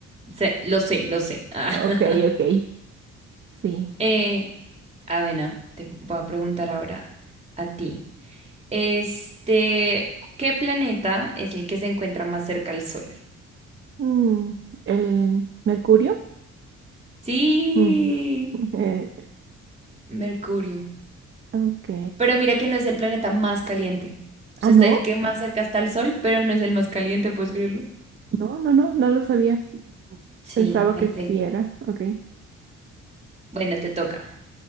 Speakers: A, on the right; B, on the right.
A: sé- lo sé, lo sé. <laughs>
B: Ok, ok. Sí.
A: Eh, ah, bueno, te voy a preguntar ahora a ti. Este, ¿qué planeta es el que se encuentra más cerca al Sol?
B: Mm, eh, Mercurio.
A: Sí,
B: Mm, <laughs> eh,
A: Mercurio.
B: ok.
A: Pero mira que no es el planeta más caliente. O
B: Ah,
A: sea,
B: no.
A: es el que más cerca está al Sol, pero no es el más caliente, ¿puedes creerlo?
B: No, no, no, no lo sabía.
A: Sí,
B: Pensaba
A: ahí
B: que
A: te...
B: sí era. Ok.
A: Bueno, te toca.